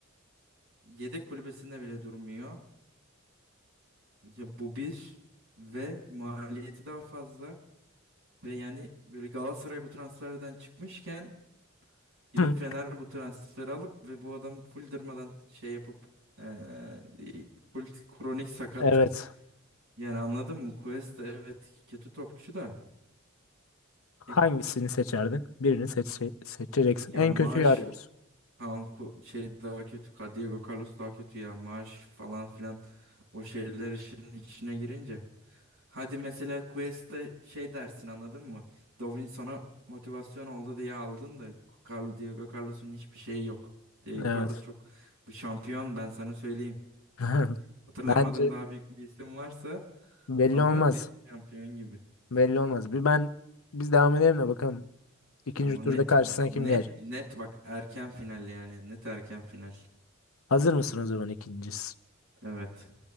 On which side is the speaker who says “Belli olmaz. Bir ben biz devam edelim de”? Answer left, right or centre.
Left